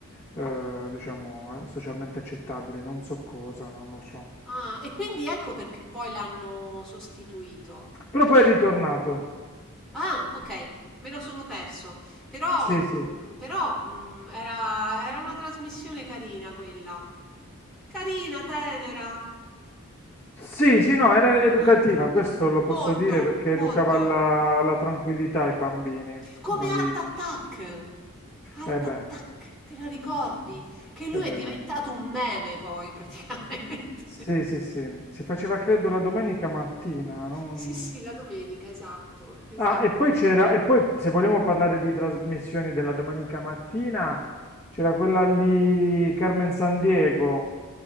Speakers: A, on the left; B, in the centre.
A: eh, diciamo, eh, socialmente accettabile, non so cosa, non lo so.
B: Ah, e quindi ecco perché poi l'hanno sostituito.
A: Però poi è ritornato,
B: Ah, ok, me lo sono perso. Però,
A: sì, sì.
B: mm, però, mm, era, era una trasmissione carina quella. Carina, tenera.
A: Sì, sì, no, era educativa,
B: <coughs>
A: questo
B: <clears throat>
A: lo posso
B: Molto,
A: dire perché
B: molto.
A: educava alla, alla tranquillità i bambini.
B: Come
A: Non
B: Art
A: li...
B: Attack. Art
A: Eh
B: Attack,
A: beh,
B: te la ricordi?
A: ecco.
B: Che lui
A: Eh beh,
B: è diventato
A: dai.
B: un meme poi, praticamente.
A: Sì,
B: <laughs>
A: sì, sì. Si faceva credo la domenica mattina. non-
B: Sì, sì, la domenica, esatto, esatto.
A: Ah, e poi c'era, e poi se vogliamo parlare di trasmissioni della domenica mattina, c'era quella lì Carmen San Diego.